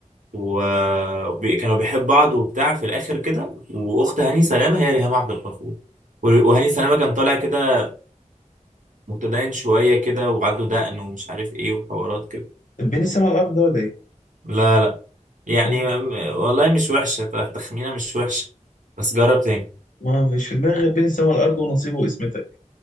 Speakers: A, on the right (about 70°); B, on the left (about 80°).
A: وكانوا بيحب بعض وبتاع في الآخر كده وأخت هاني سلامة هي ريهام عبد الغفور ور- وهاني سلامة كان طالع كده متدين شوية كده وعنده دقن ومش عارف إيه وحوارات كده
B: طب بين السما والارض ده ولا ايه؟
A: لا لا يعني
B: مش هو
A: م- والله مش وحشة ت- تخمينة مش وحشة بس جرب تاني
B: ما فيش في دماغي غير بين السما والارض ونصيبه واسمتك